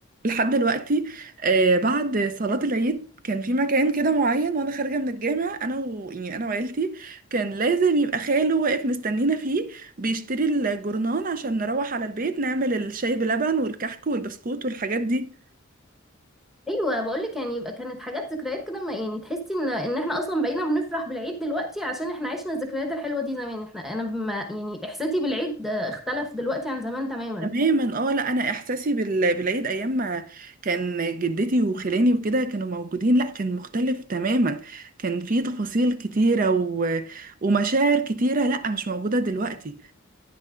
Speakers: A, on the right (about 40°); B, in the centre.
A: لحد دلوقتي آه بعد صلاه العيد كان في مكان كده معين وانا خارجه من الجامع انا و... يعني انا وعيلتي كان لازم يبقى خاله واقف مستنينا فيه بيشتري الجورنان عشان نروح على البيت نعمل الشاي بلبن والكحك والبسكوت والحاجات دي
B: ايوه بقول لك يعني يبقى كانت حاجات ذكريات كده ما- يعني تحسي ان ان احنا اصلا بقينا بنفرح بالعيد دلوقتي عشان احنا عشنا الذكريات الحلوه دي زمان احنا انا بما يعني احساسي بالعيد آه، اختلف دلوقتي عن زمان تماما
A: تماما اه لا انا احساسي بال- بالعيد ايام ما كان جدتي وخلاني وكده كانوا موجودين لا كان مختلف تماما كان في تفاصيل كتيره و... ومشاعر كتيره لا مش موجوده دلوقتي